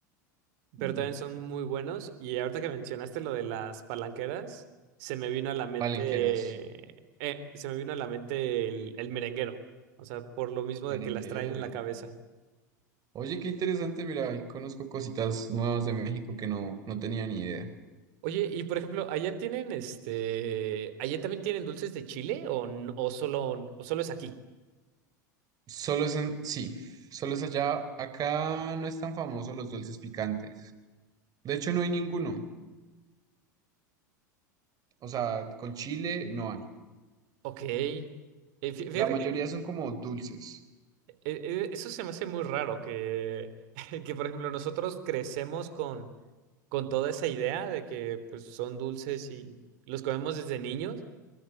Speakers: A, on the right; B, on the right.
A: pero
B: Mm,
A: también son muy buenos. Y ahorita que mencionaste lo de las palanqueras, se me vino a la mente,
B: Palenqueras.
A: eh, se me vino a la mente el, el merenguero, o sea, por lo mismo
B: Merenguero.
A: de que las traen en la cabeza.
B: Oye, qué interesante, mira, ahí conozco cositas nuevas de México que no, no tenía ni idea.
A: Oye, y por ejemplo, allá tienen este, allá también tienen dulces de chile o, n- o solo o solo es aquí.
B: Solo es en, sí, solo es allá, acá no es tan famoso los dulces picantes. De hecho, no hay ninguno. O sea, con chile no hay.
A: Ok. Eh, fí- Fíjate
B: La mayoría
A: que
B: son como dulces
A: eh, eh, eso se me hace muy raro que, <laughs> que por ejemplo nosotros crecemos con, con toda esa idea de que pues son dulces y los comemos desde niños.